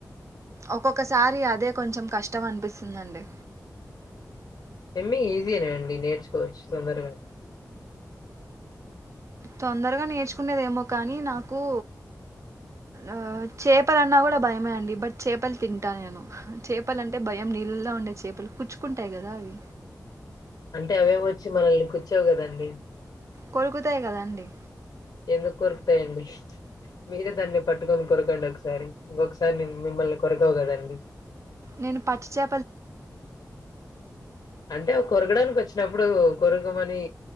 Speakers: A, on the right; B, on the left.
A: ఒక్కొక్కసారి అదే కొంచెం కష్టం అనిపిస్తుందండి
B: స్విమ్ ఈజీనే అండి నేర్చుకోవచ్చు తొందరగానే
A: తొందరగా నేర్చుకునేేదేమో కానీ నాకు ఆ చేపలన్నా కూడా భయమే అండి బట్ చేపలు తింటాను నేను చేపలు అంటే భయం నీళ్ళల్లో ఉండే చేపలు గుచ్చుకుంటాయి కదా అవి
B: అంటే అవే వచ్చి మనల్ని గుచ్చవు కదండి
A: కొరుకుతాయి కదాండి
B: ఎందుకు కొరుకుతాయండి మీరే దాన్ని పట్టుకొని కొరకండి ఒకసారి ఇంకొకసారి నే మిమ్మల్ని కొరకవు కదండి
A: నేను పచ్చి చే
B: అంటే కొరకడానికి వచ్చినప్పుడు కొరకమని